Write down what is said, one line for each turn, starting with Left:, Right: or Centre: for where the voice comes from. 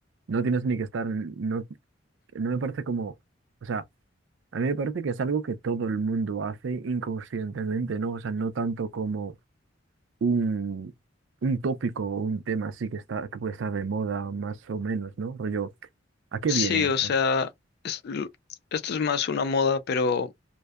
Right: no tienes ni que estar, en- no, no me parece como, o sea, a mí me parece que es algo que todo el mundo hace inconscientemente, ¿no? O sea, no tanto como un, un tópico o un tema así que está, que puede estar de moda más o menos, ¿no? Rollo, ¿a qué
Left: Sí,
Right: viene
Left: o
Right: eso?
Left: sea, es- l- esto es más una moda, pero...